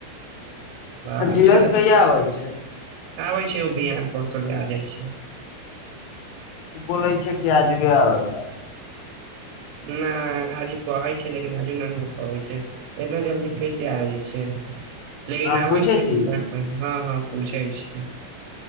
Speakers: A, on the right (about 80°); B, on the left (about 80°).
A: वाह
B: आ
A: अच्छा
B: धीरज कहिया आव छीय।
A: आबै छै ओ बिहान, परसँ ले आ जाइ छै।
B: बोलै छै कि आजबे आवेला।
A: ना, आजू कहै छै लेकिन आजू नहि हो पाबै छै, इतना जल्दी कैसे आब जाइ छै। लेकिन
B: अहाँ
A: आबै
B: पूछै
A: छै
B: छी
A: बिहान मे, हँ, हँ। पूछैय छी।